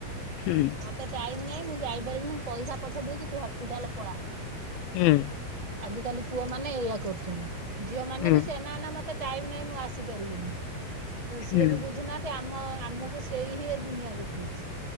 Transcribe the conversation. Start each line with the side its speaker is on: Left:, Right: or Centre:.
Left: ହୁଁ।
Right: ମତେ ଟାଇମ୍ ନାହିଁ ମୁଁ ଯାଇପାରିବିନି ମୁ ପଇସା ପଠେଇ ଦଉଚି ତୁ ହସ୍ପିଟାଲ ପଳା।
Left: ହୁଁ।
Right: ଆଜିକାଲି ପୁଅମାନେ ଏଇଆ କରୁଚନ୍ତି। ଝିଅ ମାନେ
Left: ହୁଁ
Right: ବି ସେ ନା ନା ମତେ ଟାଇମ ନାହିଁ ମୁଁ ଆସିପାରିବିନି। ତ ସିଏ
Left: ହୁଁ।
Right: ବି ବୁଝୁନାହାନ୍ତି ଆମ ଆମକୁ ସେଇ ହିଁ ଏ ଦୁନିଆ ଦେଖେଇଚି।